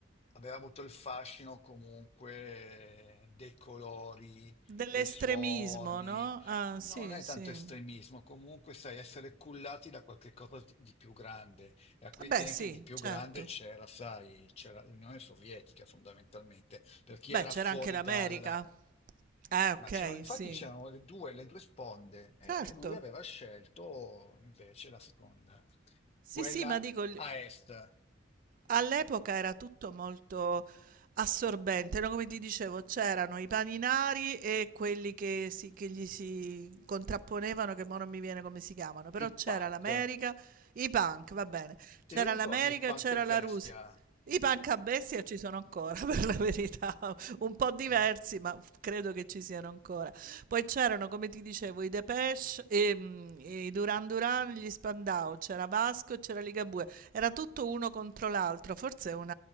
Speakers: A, on the left; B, on the right.
A: aveva avuto il fascino comunque eh, dei colori,
B: Dell'estremismo,
A: dei suoni,
B: no? Ah,
A: non
B: sì,
A: è
B: sì.
A: tanto estremismo, comunque sai essere cullati da qualche cosa di, di più grande e a quei
B: Beh,
A: tempi
B: sì,
A: di più
B: certo.
A: grande c'era, sai, c'era l'Unione Sovietica fondamentalmente, per chi
B: Beh,
A: era
B: c'era
A: fuori
B: anche l'America.
A: dal...
B: Eh, ok,
A: Ma c'erano, infatti
B: sì.
A: c'erano le due, le due sponde e
B: Certo.
A: lui aveva scelto invece la seconda,
B: Sì,
A: quella
B: sì, ma dico... li-
A: a est,
B: All'epoca era tutto molto assorbente, no? Come ti dicevo, c'erano i paninari e quelli che, si- che gli si contrapponevano, che ora non mi viene come si chiamano, però
A: i
B: c'era
A: punk.
B: l'America, i punk, va bene, c'era
A: Ti ricordi
B: l'America
A: Punk
B: e c'era
A: e Bestia?
B: la Russia.
A: <laughs>
B: I punk a bestia ci sono ancora, <laughs> per la verità, un po' diversi,
A: Mm.
B: ma credo che ci siano ancora. Poi c'erano, come ti dicevo, i Depeche, ehm, i Duran Duran, gli Spandau, c'era Vasco e c'era Ligabue. Era tutto uno contro l'altro, forse è un